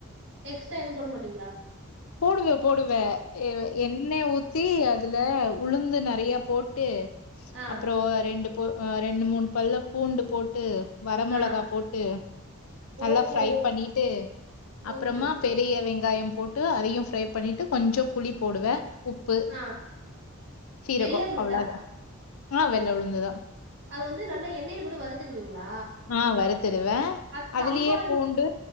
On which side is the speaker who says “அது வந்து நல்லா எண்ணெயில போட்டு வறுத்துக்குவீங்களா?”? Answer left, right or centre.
Right